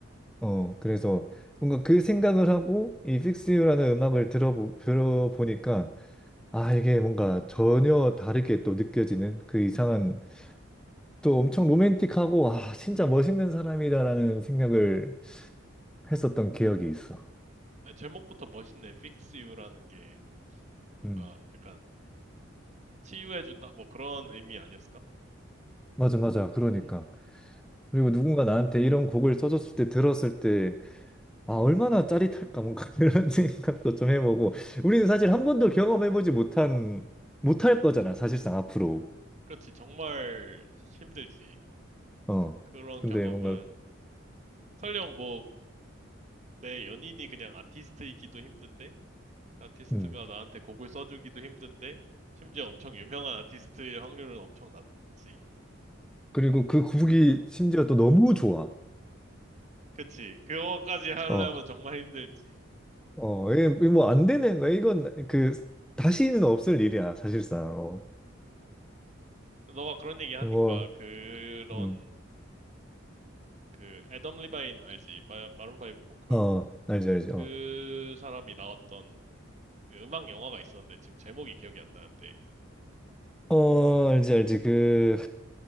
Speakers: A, in the centre; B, on the right (about 35°).
A: 어 그래서 뭔가 그 생각을 하고 이 Fix You라는 음악을 들어보, 들어보니까 아 이게 뭔가 전혀 다르게 또 느껴지는 그 이상한 또 엄청 로맨틱하고, 아, 진짜 멋있는 사람이다라는 생각을 했었던 기억이 있어.
B: 아, 제목부터 멋있네. Fix You라는 게 뭔가
A: 음,
B: 약간 치유해준다? 뭐 그런 의미 아니었을까?
A: 맞아, 맞아. 그러니까.
B: 음.
A: 그리고 누군가 나한테 이런 곡을 써줬을 때 들었을 때, 아, 얼마나 짜릿할까, 뭔가 <laughs> 이런 생각도 좀 해보고. 우리는 사실 한 번도 경험해보지 못한, 못할 거잖아, 사실상 앞으로.
B: 그렇지. 정말 힘들지.
A: 어.
B: 그런
A: 근데
B: 경험은
A: 뭔가,
B: 설령 뭐 내 연인이 그냥 아티스트이기도 힘든데, 아티스트가
A: 음.
B: 나한테 곡을 써주기도 힘든데, 심지어 엄청 유명한 아티스트일 확률은 엄청 낮지.
A: 그리고 그 곡이 심지어 또 너무 좋아.
B: 그치. 그거까지 하려면
A: 어,
B: 정말 힘들지.
A: 어, 이게 뭐안 되는 거야. 이건 그, 다시는 없을 일이야, 사실상. 어.
B: 너가 그런 얘기 하니까
A: 뭐
B: 그런
A: 음.
B: 그 애덤 리바인 알지? 마, 마룬 파이브 보컬.
A: 어, 알지, 알지, 어.
B: 그 사람이 나왔던 그 음악 영화가 있었는데 지금 제목이 기억이 안 나는데
A: 어, 알지, 알지, 그,